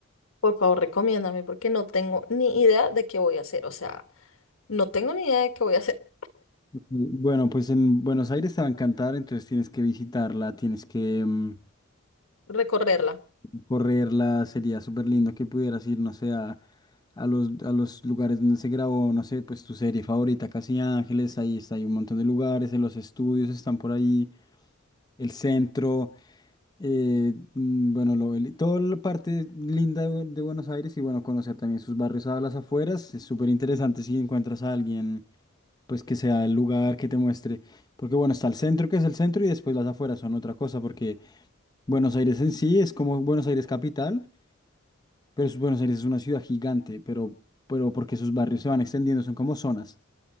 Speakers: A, on the left; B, on the left.
A: Por favor, recomiéndame porque no tengo ni idea de qué voy a hacer. O sea, no tengo ni idea de qué voy a hacer.
B: Bueno, pues en Buenos Aires te va a encantar, entonces tienes que visitarla, tienes que... mm,
A: Recorrerla.
B: correrla, sería súper lindo que pudieras ir, no sé, a, a los, a los lugares donde se grabó, no sé, pues tu serie favorita, Casi Ángeles, ahí está, hay un montón de lugares, en los estudios están por ahí, el centro, eh, mm, bueno, lo- el- toda la parte linda de, de Buenos Aires y bueno, conocer también sus barrios a las afueras, es súper interesante si encuentras a alguien, pues que sea el lugar que te muestre, porque bueno, está el centro que es el centro y después las afueras son otra cosa, porque Buenos Aires en sí es como Buenos Aires capital. Pero es- Buenos Aires es una ciudad gigante, pero, pero porque sus barrios se van extendiendo, son como zonas.